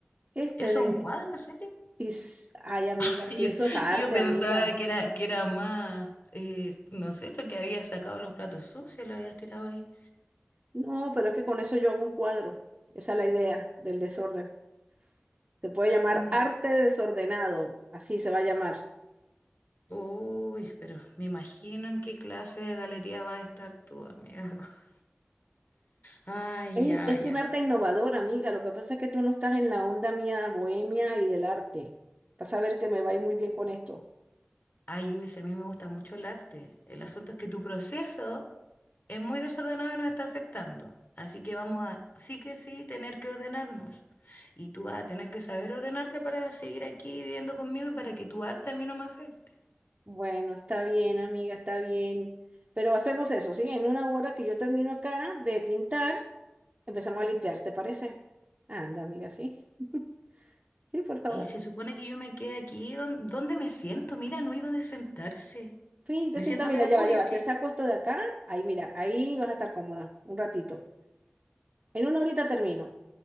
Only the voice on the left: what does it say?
¿Eso
es un cuadro, en serio?
<laughs>
Yo,
yo pensaba
que era, que era más, eh, no sé, lo que habías sacado los platos sucios, lo habías tirado ahí.
No.
Uy, pero me imagino en qué clase de galería vas a estar tú, amiga. <laughs> Ay,
ya,
ya.
Ay, Luis, a mí me gusta mucho el arte. El asunto es que tu proceso es muy desordenado y nos está afectando. Así que vamos a, sí que sí, tener que ordenarnos. Y tú vas a tener que saber ordenarte para seguir aquí viviendo conmigo y para que tu arte a mí no me afecte.
Y se supone que yo me quede aquí. ¿dón- ¿Dónde, me siento? Mira, no hay dónde sentarse.
¿Me
siento
arriba
tuyo
aquí.